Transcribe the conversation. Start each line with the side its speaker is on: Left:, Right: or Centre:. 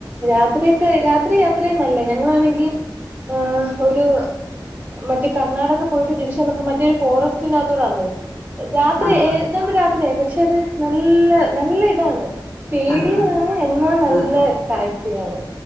Right: രാത്രിയൊക്കെ രാത്രി യാത്ര ചെയ്യാൻ നല്ലതാ ഞങ്ങളാണെങ്കി ആഹ് ഒരു മറ്റേ കർണാടക പോയിട്ട് തിരിച്ച് വന്നപ്പോ മറ്റേ ഒരു ഫോറസ്റ്റിന്റെ അകത്തൂടാ വന്നത് രാത്രി
Left: ആഹ്
Right: ഏതാണ്ട്
Left: ആഹ്
Right: രാത്രി ആയി പക്ഷെ അത് നല്ല നല്ല ഇതാണ് പേടിയും
Left: ആഹ് ആഹ്
Right: ആണ് എന്നാ
Left: ആഹ്
Right: നല്ല
Left: ആഹ്
Right: കാഴ്ചയാണ്